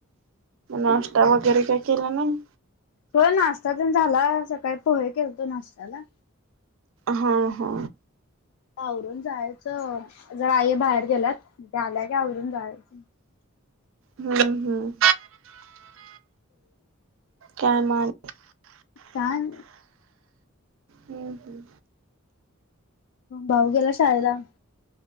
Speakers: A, on the right; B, on the left.
A: नाश्ता वगैरे काय केला नाही
B: हो नाश्ता जण झाला सकाळी पोहे केलतो नाश्त्याला
A: हा हा
B: आवरून जायचं जरा आई बाहेर गेलात आल्याय का आवरून जायचं
A: हम्म हम्म कामान
B: काय
A: हम् हम
B: भाऊ गेला शायदा